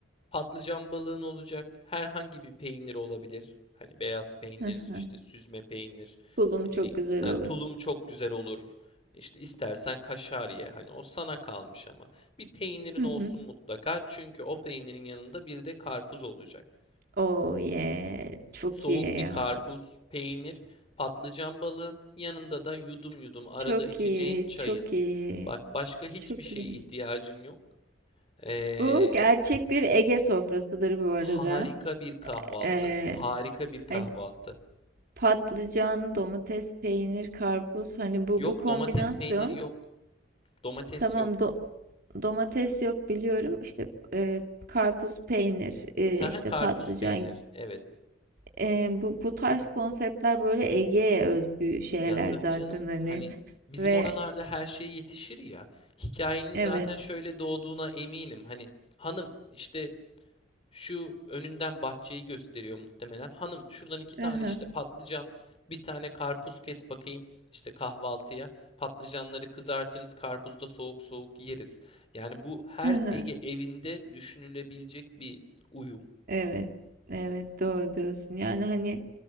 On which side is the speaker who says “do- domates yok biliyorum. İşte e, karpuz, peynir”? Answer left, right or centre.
Right